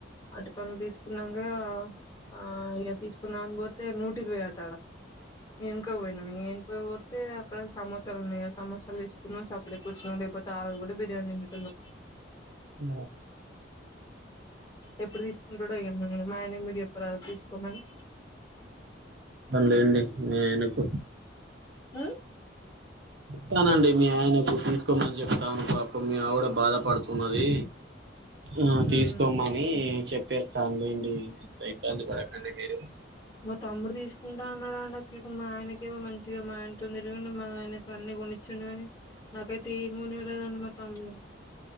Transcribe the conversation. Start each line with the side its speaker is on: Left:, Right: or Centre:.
Left: అటి పనులు తీసుకున్నాక ఆ ఇక తీసుకు కున్నాను పోతే నూట ఇరవై ఆట ఆడా ఏనుకో పోయినం ఏనుకో పో అయితే అక్కడ సమోసాలు ఉన్నాయా సమోసాలు తీసుకున్నా సపడేట్ కూర్చున్నాం లేకపోతే ఆ రజు కూడా బిర్యానీ తల్లో
Right: ఆ
Left: ఎప్పుడు తీసుకుంటడుఎమో మా ఆయనే మీరు చేప్పరా తీసుకోమని
Right: లేండి మీ ఆయనకు
Left: అ
Right: చెప్తానండి మీ ఆయనకు తీసుకుమని చెప్తాను పా ఇ మీ ఆవిడ బాధపడుతున్నది ఆ
Left: ఉమ్
Right: తీసుకోమని చెప్పేస్తా న్లేండిఎంత ఇబ్బంది పడకండి మీరు
Left: మా తమ్ముడు తీసుకుంటా అన్నాడుండి అసలు మా ఆయనకేమో మంచిగా మా ఆయనతో నిరగడి మా ఆయనకు అన్ని కొనిచ్చండు కాని నాకైతే ఎం కొనేలేదండి మా తమ్ముడు